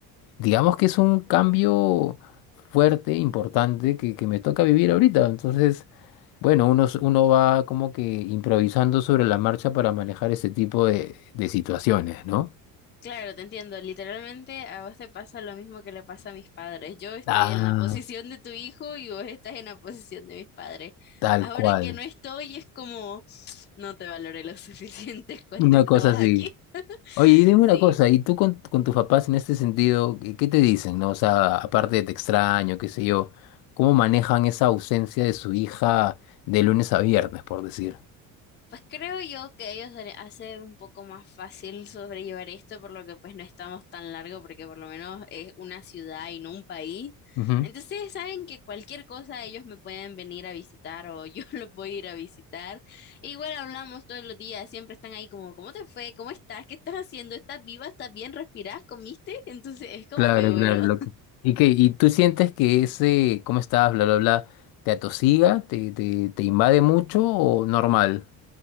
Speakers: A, on the left; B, on the left.
A: digamos que es un cambio fuerte, importante, que, que me toca vivir ahorita. Entonces. Bueno, uno, s- uno va como que improvisando sobre la marcha para manejar ese tipo de, de situaciones, ¿no?
B: claro, te entiendo. Literalmente a vos te pasa lo mismo que le pasa a mis padres. Yo estoy
A: Ah,
B: en la posición de tu hijo y vos estás en la posición de mis padres.
A: tal
B: Ahora
A: cual.
B: que no estoy, es como no te valoré lo suficiente <laughs> cuando
A: Una
B: estabas
A: cosa así.
B: aquí. <laughs>
A: Oye, y dime una
B: Sí.
A: cosa, ¿y tú con, con tus papás en este sentido, qué, qué te dicen, no? O sea, aparte de te extraño, qué sé yo, ¿cómo manejan esa ausencia de su hija de lunes a viernes, por decir?
B: Pues creo yo que a ellos se les hace un poco más fácil sobrellevar esto, por lo que pues no estamos tan largo, porque por lo menos es una ciudad y no un país.
A: Ujú.
B: Entonces saben que cualquier cosa ellos me pueden venir a visitar o yo <laughs> los voy a ir a visitar. E Igual hablamos todos los días, siempre están ahí como, ¿cómo te fue? ¿Cómo estás? ¿Qué estás haciendo? ¿Estás viva? ¿Estás bien? ¿Respirás? ¿Comiste? <laughs> Entonces es como
A: Claro,
B: que bueno.
A: claro, loco.
B: <laughs>
A: ¿Y qué? ¿Y tú sientes que ese, cómo estás, bla, bla, bla, te atosiga, te, te, te invade mucho o normal? <laughs>